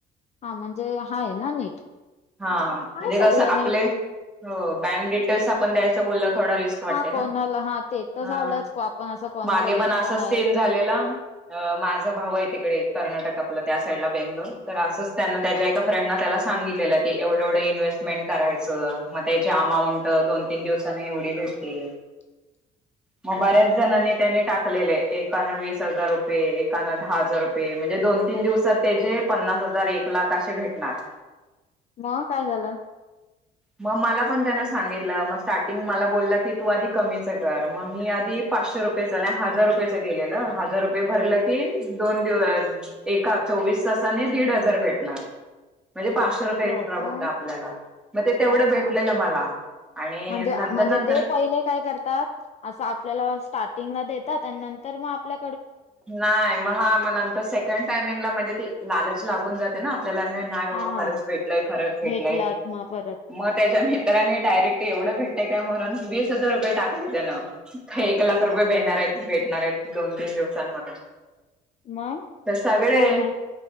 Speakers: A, on the left (about 40°); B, in the centre.
A: हा म्हणजे हाये ना नीट.
B: हा
A: हाय
B: म्हणजे
A: सगळं
B: कस आपले
A: नीट
B: बँक डिटेल्स आपण द्यायचं बोलल. थोडा रिस्क वाटते
A: हा कोणाला
B: ना
A: हा ते तर
B: ह
A: झालंच आपण असं कोणाला
B: मागे
A: देत
B: पण असाच
A: तर नाहीच
B: सीन झालेला. अ माझा भाऊ आहे तिकडे कर्नाटकात त्या साईडला बेंगलोर तर असंच त्यां त्याच्या एका फ्रेंड त्याला सांगितलेलं. ते एवढं एवढं इन्व्हेस्टमेंट करायचं मग त्याची अमाऊंट दोन तीन दिवसाांनी एवढी भेटते.
A: <inaudible>
B: मग
A: हो
B: बऱ्याच
A: का
B: जणांनी त्यांनी टाकलेले. एकान वीस हजार रुपये एकानं दहा हजार रुपये म्हणजे दोन तीन दिवसात त्याचेे पन्नास हजार एक लाख असे भेटणार.
A: मग काय झालं?
B: मग मला पण त्यान सांगितलं, मग स्टार्टिंग मला बोललं की तू आधी कमीच कर मग मी आधी पाचशे रुपयेचं नाही हजार रुपयेचं केलेलं हजार रुपये भरलं की दोन दिव एकाच चोवीस तासाने दीड हजार भेटणार.
A: <inaudible>
B: म्हणजे पाचशे रुपये
A: हो
B: एक्स्ट्रा
A: काय
B: फक्त आपल्याला, मग ते तेवढं
A: अच्छा
B: भेटलेलं
A: असं
B: मला आणि
A: म्हणजे
B: नंतर
A: म्हणजे
B: नंतर
A: ते पहिले काय करतात अस आपल्याला स्टार्टिंगला. देतात आणि नंतर मग आपल्या
B: नाही मग हा मग नंतर सेकंड टायमिंगला म्हणजे ती लालच लागून जाते ना. आपल्याला नाही बाबा
A: हा
B: खरंच भेटलय खरंच भेटलय.
A: भेटलात मग परत
B: मग त्याच्या मित्राने डायरेक्ट एवढं भेट. काय म्हणून वीस हजार रुपये टाकले त्यान का एक लाख
A: हा
B: रुपये देणार आहेत भेट णार आहेत दोन तीन दिवसांत म्हणून
A: मग
B: तर सगळे
A: काय नाही